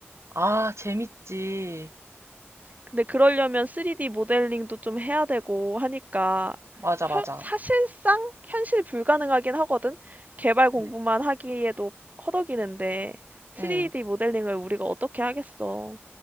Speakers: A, on the right (about 80°); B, on the right (about 35°).
A: 아, 재밌지.
B: 근데 그러려면 3D 모델링도 좀 해야 되고 하니까
A: 맞아,
B: 현-
A: 맞아.
B: 사실상 현실 불가능하긴 하거든. 개발 공부만
A: 응,
B: 하기에도 허덕이는데 3D
A: 응.
B: 모델링을 우리가 어떻게 하겠어.